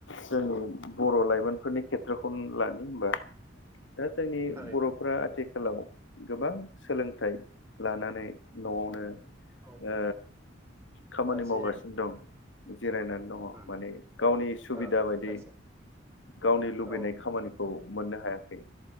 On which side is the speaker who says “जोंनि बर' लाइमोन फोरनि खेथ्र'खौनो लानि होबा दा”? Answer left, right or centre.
Left